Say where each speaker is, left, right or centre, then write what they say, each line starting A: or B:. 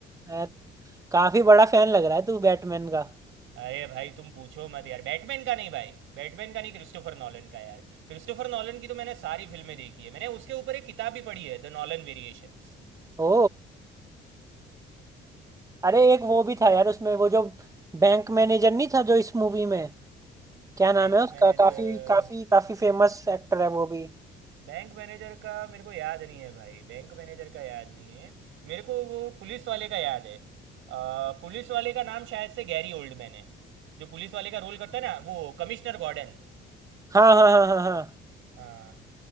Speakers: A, on the right; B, on the right.
A: अ, काफी बड़ा फैन लग रहा है तू बैटमैन का
B: अरे भाई तुम पूछो मत यार बैटमैन का नहीं भाई बैटमैन का नहीं क्रिस्टोफर नॉलन का यार क्रिस्टोफर नॉलन की तो मैंने सारी फिल्में देखी है मैंने उसके ऊपर एक किताब भी पढ़ी है the Nolan Variations
A: ओ अरे एक वो भी था यार उसमें वो जो बैंक मैनेजर नहीं था जो इस मूवी में क्या नाम
B: Bank
A: है उसका
B: manager
A: काफी काफी काफी फेमस एक्टर है वो भी
B: Bank manager का मेरे को याद नहीं है भाई बैंक मैनेजर का याद नहीं है मेरे को वो पुलिस वाले का याद है अ, पुलिस वाले का नाम शायद से गैरी ओल्डमैन है जो पुलिस वाले का रोल करता है ना वो कमिश्नर गॉर्डन
A: हाँ हाँ हाँ हाँ हाँ
B: हाँ